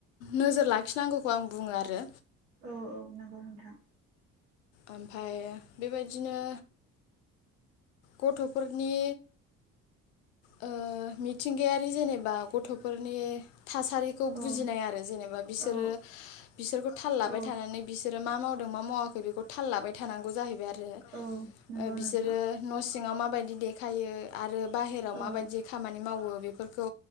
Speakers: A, on the left; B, on the right.
A: नोजोर लाखिनांगौखौ आं बुङो आरो।
B: औ औ नोंगौ नोंथां।
A: ओमफाय बेबायदिनो। गथ'फोरनि ओ मिथिंगायारि जेनेबा गथ'फोरनि। थासारिखौ
B: औ
A: बुजिनाय आरो जेनेबा बिसोरो
B: औ
A: बिसोरखौ थाल लाबाय
B: औ
A: थानानै बिसोरो मा माव मा मावाखै बेखौ थाल लाबाय थानांगौ जाहैबाय आरो
B: औ नंगौ
A: ओ बिसोरो
B: नोंथां
A: सिङाव माबायदि देखायो आरो। बाहेराव
B: औ
A: माबायदि खामानि मावो। बेफोरखौ